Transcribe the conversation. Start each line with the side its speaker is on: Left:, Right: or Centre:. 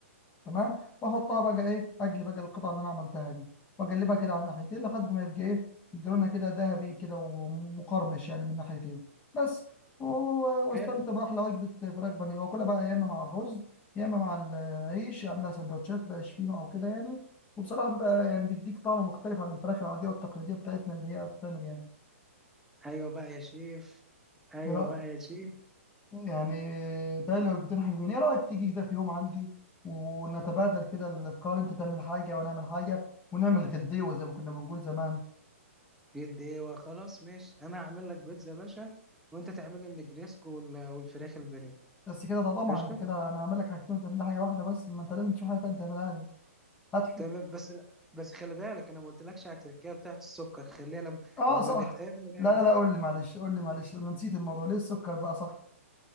Left: تمام واحطها بقى ايه اجلي بقى القطعه اللي انا عملتها دي واقلبها كده على الناحيتين لحد ما يبقى ايه لونها كده ذهبي كده ومقرمش يعني من ناحيتين بس و- واستمتع
Centre: حلو
Left: باحلى وجبه فراخ بانيه واكلها بقى يا اما مع الرز يا اما مع العيش اعملها سندوتشات بقى شفينو او كده يعني وبصراحه بيبقى يعني بيديك طعم مختلف عن الفراخ العاديه والتقليديه بتاعتنا اللي هي بتتعمل يعني
Centre: أيوه بقى يا شيف أيوه
Left: ايه رأيك؟
Centre: بقى يا شيف
Left: يعني تالي وجبتين حلوين ايه رأيك تيجي كده في يوم عندي ونتبادل كده الافكار انت تعمل حاجة ونعمل حاجة ونعمل غديوة زي ما كنا بنقول زمان
Centre: جد ايه وخلاص ماشي انا هعمل لك بيتزا يا باشا وانت تعمل لي النجريسكو وال- والفراخ البانيه
Left: بس كده ده طبعا
Centre: قشطه
Left: انت كده انا هعمل لك حاجتين وتعمل لي حاجة واحدة بس ما انت لازم تشوف حاجة تانية تعملها لي هات لي
Centre: تمام بس بس خلي بالك انا ما قلتلكش على التركية بتاعت السكر خليها لما
Left: اه
Centre: لما
Left: صح
Centre: نتقابل نعمل
Left: لا لا لا قول لي معلش قول لي معلش انا نسيت الموضوع ليه السكر بقى صح